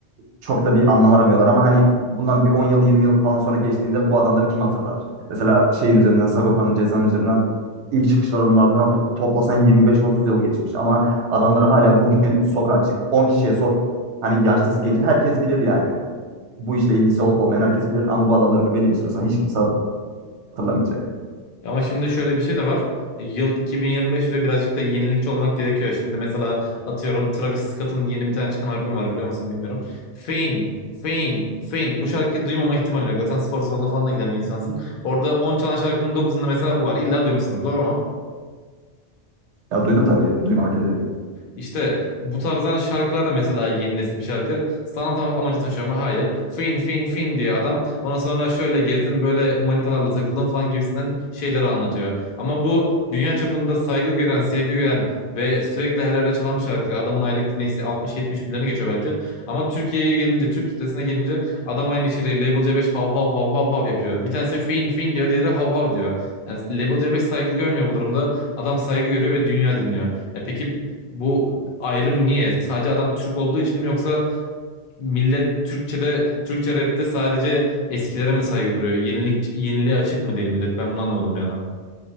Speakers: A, on the right (about 80°); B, on the left (about 55°).
A: çok da bir anlam aramıyorlar ama hani bundan bir 10 yıl 20 yıl falan sonra geçtiğinde bu adamları kim hatırlar? Mesela şeyin üzerinden Sagopa'nın cezanın üzerinden ilk çıkışlarının ardından to- toplasan yirmi beş otuz yıl geçmiş ama adamları hala bugün sokağa çık 10 kişiye sor hani yaşlısı genci herkes bilir yani bu işle ilgisi olup olmayan herkes bilir ama bu adamları belli bir süre sonra hiç kimse hatırlamayacak.
B: Ama şimdi şöyle bir şey de var. E, Yıl 2025 ve birazcık da yenilikçi olmak gerekiyor. Şimdi mesela atıyorum Travis Scott'ın yeni bir tane çıkan albüm var biliyor musun bilmiyorum. Fame, Fame, Fame. Bu şarkıyı duymama ihtimali yok. Zaten spor salonuna falan da giden bir insansın. Orada 10 çalan şarkının dokuzunda mesela bu var. İlla duymuşsundur doğru mu?
A: Ya duydum tabii duymamak elde değil.
B: İşte bu tarzdan şarkılar da mesela yeni nesil bir şarkı. Sanat am- amacı taşıyor ama hayır. Fin fin fin diyor adam. Ondan sonra şöyle gezdim böyle manitalarla takıldım falan gibisinden şeyleri anlatıyor. Ama bu dünya çapında saygı gören, sevgi gören ve sürekli her yerde çalan bir şarkı. Adamın aylık dinleyicisi 60-70 milyonu geçiyor belki. Ama Türkiye'ye gelince, Türk kitlesine gelince adam aynı içeriği Label C5 hav hav hav hav hav yapıyor. Bir tanesi fin fin diyor, diğeri hav hav diyor. Yani Label C5 saygı görmüyor bu durumda. Adam saygı görüyor ve dünya dinliyor. Ya peki bu ayrım niye? Sadece adam Türk olduğu için mi yoksa millet Türkçe'de, Türkçe rap'te sadece eskilere mi saygı duruyor? Yenilik, yeniliğe açık mı değil millet? Ben bunu anlamadım yani.